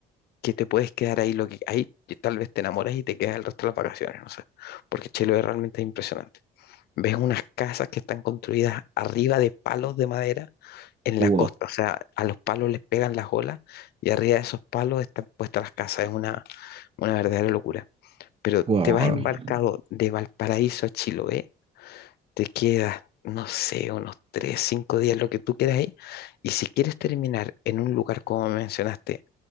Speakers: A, on the left; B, on the right.
A: que te puedes quedar ahí lo que ahí que tal vez te enamoras y te quedas el resto de las vacaciones, no sé, porque Chiloé realmente es impresionante. Ves unas casas que están construidas arriba de palos de madera en
B: Wow,
A: la costa, o sea, a los palos les pegan las olas y arriba de esos palos están puestas las casas, es una, una verdadera locura. Pero
B: wow,
A: te vas
B: wow.
A: embarcado de Valparaíso a Chiloé te quedas, no sé, unos tres, cinco días, lo que tú quieras ahí. Y si quieres terminar en un lugar, como mencionaste,